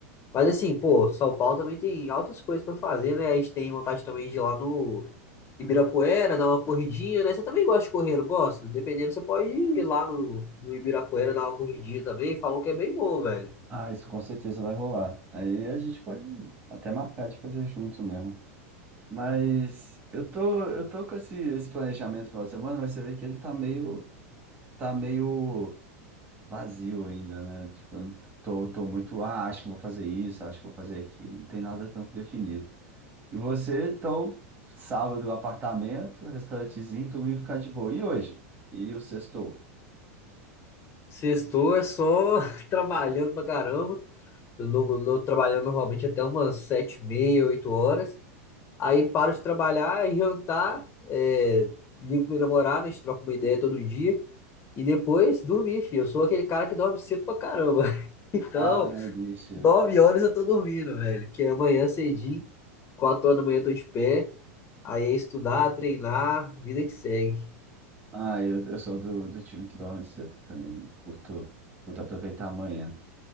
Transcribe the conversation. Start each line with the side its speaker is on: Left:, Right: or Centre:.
Left: Mas assim, pô, São Paulo também tem altas coisas pra fazer, né? A gente tem vontade também de ir lá no Ibirapuera, dar uma corridinha, né? Você também gosta de correr, não gosta? Dependendo, você pode ir lá no, no Ibirapuera, dar uma corridinha também. Falam que é bem bom, velho.
Right: Ah, isso com certeza vai rolar. Aí a gente pode até marcar de fazer junto mesmo. Mas eu tô, eu tô com esse, esse planejamento no final de semana, mas você vê que ele tá meio, tá meio. vazio ainda, né? Tipo, eu não tô, tô muito, ah, acho que vou fazer isso, acho que vou fazer aquilo. Não tem nada tanto definido. E você, então, sábado, apartamento, restaurantezinho, domingo ficar de boa. E hoje? E o sextou?
Left: Sextou é só <laughs> trabalhando pra caramba. Eu não- não- trabalhando normalmente até umas sete e meia, oito horas. Aí paro de trabalhar e jantar, é, ligo pra minha namorada, a gente troca uma ideia todo dia. E depois dormir, filho. Eu sou aquele cara que dorme cedo pra caramba. <laughs> Então,
Right: Ai, bicho.
Left: nove horas eu tô dormindo, velho. Que é amanhã cedinho, quatro horas da manhã eu tô de pé. Aí é estudar, treinar, vida que segue.
Right: Ah, eu, eu sou do, do time que dorme cedo também. Curto, curto aproveitar amanhã.